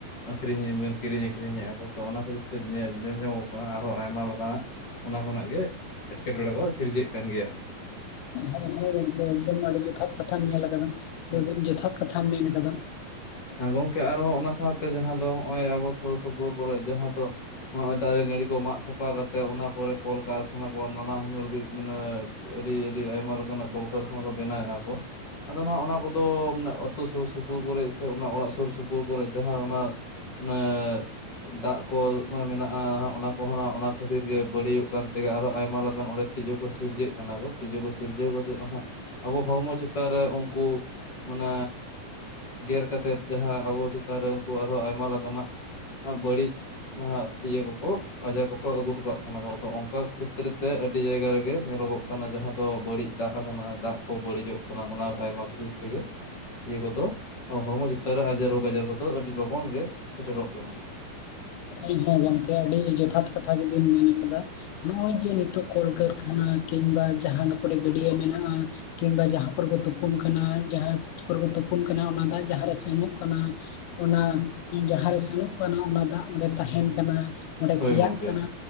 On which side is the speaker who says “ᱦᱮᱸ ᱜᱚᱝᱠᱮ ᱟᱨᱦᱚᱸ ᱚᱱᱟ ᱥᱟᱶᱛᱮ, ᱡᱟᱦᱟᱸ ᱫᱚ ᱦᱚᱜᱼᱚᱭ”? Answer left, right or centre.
Left